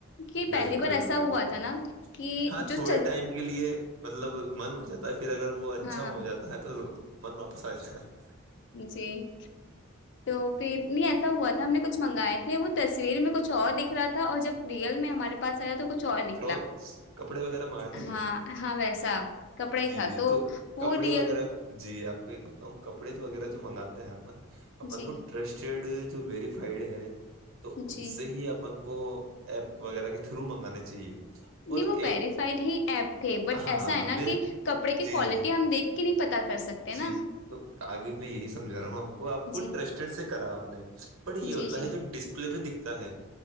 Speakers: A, on the left (about 55°); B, on the right (about 75°).
A: کہ
B: بالکل
A: پہلی بار ایسا
B: بالکل
A: ہوا تھا نا کہ
B: ہاں
A: جو
B: تھوڑے
A: چ
B: ٹائم کے لیے مطلب من اٹھ جاتا ہے پھر اگر وہ اچھا
A: ہاں
B: ہو جاتا ہے تو من واپس آ جاتا ہے
A: جی تو پھر نہیں ایسا ہوا تھا ہم نے کچھ منگائے تھے وہ تصویر میں کچ اور دکھ رہا تھا اور جب ریل میں ہمارے پ پاس آیا تو کچھ اور نکلا
B: کلوتھس کپڑے وغیرہ منگائے تھے کیا
A: ہاں ہاں ویسا کپڑا ہی
B: جی
A: تھا
B: جی
A: تو وہ
B: کپڑے
A: ریئل
B: وغیرہ جی آپ کو ایک بتاؤں کپڑے وغیرہ جو منگاتے ہیں اپن اپن
A: جی
B: کو ٹرسٹ <unintelligible> جو ویریفائڈ ہے تو ان
A: جی
B: سے ہی آ اپن کو ایپ وغیرہ کے تھرو منگانے چاہیے
A: نہیں
B: اور
A: وہ
B: ایپ
A: ویریفائڈ ہی ایپ تھے بٹ
B: ہاں
A: ایسا
B: ہاں
A: ہے نا
B: میں
A: کہ کپڑے کی
B: جی
A: کوالٹی
B: جی
A: ہم دیکھ کہ نہیں پتا کر سکتے
B: جی
A: تے نا
B: تو آگے میں یہی سمجھا رہا ہوں آپ کو آپ کو
A: جی
B: ٹسٹیڈ سے کرا آپ نے بٹ یہ
A: جی
B: ہوتا
A: جی
B: ہے جو ڈس لے پہ دکھتا ہے